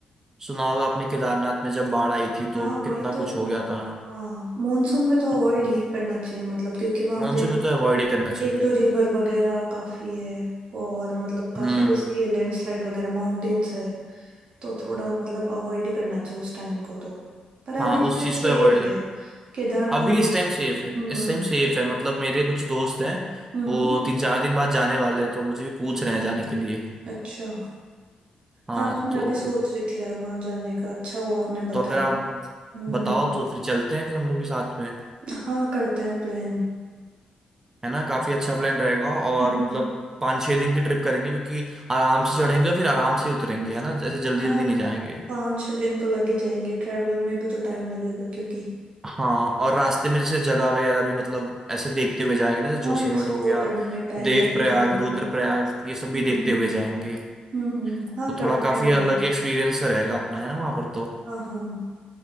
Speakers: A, on the right; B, on the right.
A: सुना होगा आपने केदारनाथ में जब बाढ़ आई थी
B: हाँ
A: तो
B: वही
A: कितना
B: तो
A: कुछ हो गया था
B: हाँ मॉनसून में तो
A: हाँ
B: अवॉइड ही करना चाहिए मतलब क्योंकि वहां
A: मानसून
B: पे
A: में तो अवॉइड ही करना चाहिए
B: एक तो रिवर वगैरह काफी है और मतलब काफी
A: हम्म
B: रिस्की है लैंडस्लाइड वगैरह माउंटेन्स है तो थोड़ा मतलब अवॉइड ही करना चाहिए उस टाइम को तो पर
A: हाँ
B: अभी
A: उस
B: शायद
A: चीज
B: सेफ
A: को अवॉइड करना
B: है केदारनाथ
A: अभी
B: वो
A: इस टाइम सेफ है
B: हम्म
A: इस टाइम सेफ है मतलब मेरे कुछ दोस्त हैं
B: हम्म
A: वो
B: हम्म,
A: तीन चार दिन बाद जाने वाले हैं तो मुझे भी पूछ रहे हैं जाने के लिए
B: अच्छा
A: हाँ
B: हाँ तो मैं
A: तो
B: भी सोच रही थी यार वहां जाने का अच्छा हुआ आपने बताया
A: तो अगर आप
B: हम्म
A: बताओ
B: हम्म
A: तो फिर चलते हैं फिर हम लोग भी साथ में
B: हाँ करते हैं प्लान
A: है ना काफी अच्छा प्लान रहेगा और
B: हम्म हम्म,
A: मतलब
B: हम्म।
A: पाँच छः दिन की ट्रिप करेंगे क्योंकि आराम से चढ़ेंगे फिर आराम से उतरेंगे है ना जैसे जल्दी
B: हाँ
A: जल्दी नहीं जाएंगे
B: पाँच छह दिन तो लग ही जाएंगे ट्रैवल में भी तो टाइम लगेगा क्योंकि
A: हाँ और रास्ते में जैसे जगह वगैरह भी मतलब ऐसे देखते हुए जाएंगे ना जैसे
B: हाँ
A: जोशीमठ
B: एक्सप्लोर
A: हो गया
B: करने में टाइम
A: देवप्रयाग
B: लग ही जाएगा
A: रुद्रप्रयाग ये सब भी
B: हम्म
A: देखते
B: हम्म।
A: हुए जाएंगे
B: हम्म हम्म हाँ
A: तो
B: करते
A: थोड़ा काफी
B: हैं
A: अलग
B: प्लान
A: ही एक्सपीरियंस रहेगा अपना है ना वहां पर तो
B: हाँ हाँ